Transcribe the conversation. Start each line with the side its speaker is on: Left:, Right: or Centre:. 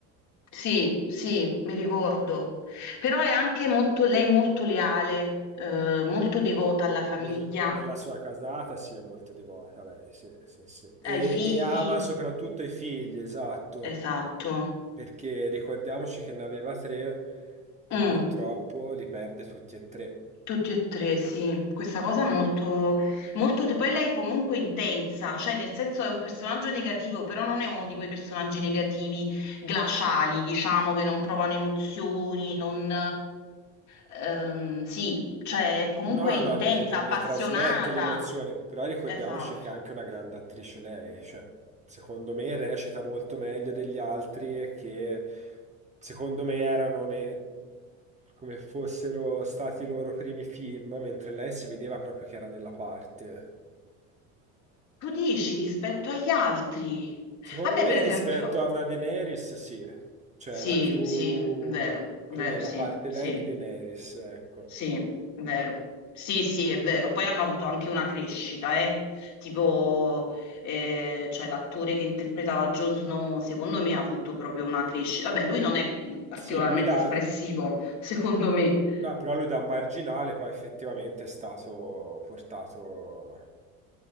Left: Sì, sì, mi ricordo. Però è anche molto, lei molto leale, eh, molto devota alla famiglia,
Right: Nel- nella sua casata si è molto devota lei, sì, sì, sì. E,
Left: ai figli.
Right: e ama soprattutto i figli, esatto.
Left: Esatto.
Right: perché ricordiamoci che ne aveva tre e
Left: Mm.
Right: purtroppo li perde tutti e tre.
Left: Tutti e tre, sì, questa cosa è molto, molto... Poi lei comunque è intensa, cioè nel senso è un personaggio negativo, però non è uno di quei personaggi negativi glaciali, diciamo, che non provano emozioni, non... ehm, sì, cioè è comunque
Right: No,
Left: intensa,
Right: no, le, le-
Left: appassionata.
Right: le trasmette le emozioni, però ricordiamoci
Left: Esatto.
Right: che è anche una grande attrice lei, cioè, secondo me recita molto meglio degli altri e che secondo me erano ne- come fossero stati i loro primi film, mentre lei si vedeva proprio che era nella parte.
Left: Tu dici rispetto agli altri.
Right: Secondo
Left: Vabbè,
Right: me
Left: per
Right: rispetto
Left: esempio...
Right: a una Daenerys, sì, cioè
Left: Sì,
Right: era più,
Left: sì, vero, vero,
Right: più nella
Left: sì,
Right: parte
Left: sì.
Right: lei di Daenerys, ecco.
Left: Sì, è vero. Sì, sì, è vero. Poi hanno avuto anche una crescita, eh. Tipo, eh, cioè l'attore che interpretava Jon Snow, secondo me ha avuto proprio una crescita. Vabbè, lui non è particolarmente
Right: Sì, lui da,
Left: espressivo, <laughs> secondo me.
Right: no, però lui da marginale poi effettivamente è stato portato